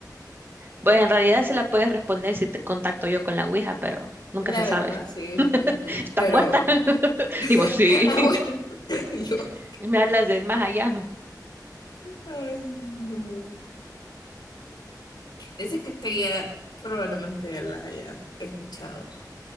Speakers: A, on the right (about 30°); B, on the left (about 80°).
A: Pues en realidad sí la puedes responder si te contacto yo con la Ouija, pero nunca
B: la
A: se sabe.
B: verdad, sí.
A: <laughs>
B: ujú,
A: ¿Estás
B: Pero,
A: muerta? <laughs>
B: <laughs>
A: Y vos sí.
B: ah, bueno, <laughs> yo.
A: <laughs> Me hablas del más allá.
B: Ay, no. Ese creo que ya probablemente las hayas escuchado.